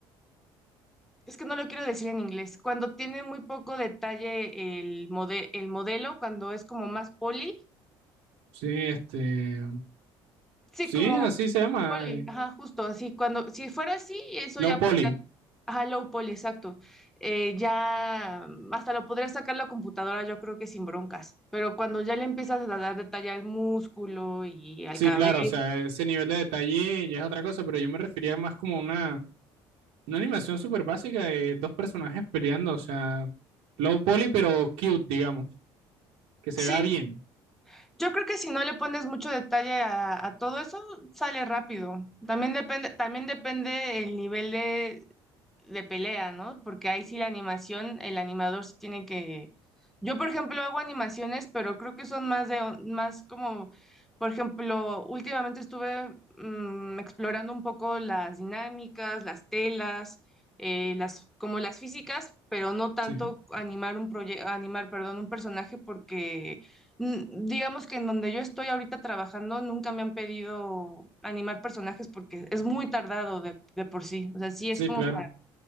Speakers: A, in the centre; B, on the right.
A: Es que no lo quiero decir en inglés. Cuando tiene muy poco detalle el mode- el modelo, cuando es como más poli,
B: Sí, este,
A: sí,
B: sí,
A: como
B: así se llama.
A: poli,
B: eh,
A: ajá, justo así. Cuando, si fuera así, eso
B: Low
A: ya
B: poly.
A: podría, ajá, low poly, exacto. Eh, ya mm, hasta lo podría sacar la computadora, yo creo que sin broncas. Pero cuando ya le empiezas a dar detalle al músculo y al
B: Sí,
A: cabello,
B: claro, o sea, ese nivel de detalle ya es otra cosa, pero yo me refería más como una, una animación súper básica de dos personajes peleando, o sea, low poly, pero cute, digamos, que se
A: sí.
B: vea bien.
A: Yo creo que si no le pones mucho detalle a, a todo eso, sale rápido. También depende, también depende el nivel de de pelea, ¿no? Porque ahí sí la animación, el animador sí tiene que... Yo, por ejemplo, hago animaciones, pero creo que son más de, más como, por ejemplo, últimamente estuve mm, explorando un poco las dinámicas, las telas, eh, las, como las físicas, pero no tanto
B: Sí.
A: animar un proyecto, animar, perdón, un personaje, porque mm, digamos que en donde yo estoy ahorita trabajando, nunca me han pedido animar personajes porque es muy tardado de, de por sí. O sea, sí es
B: Sí,
A: como
B: claro.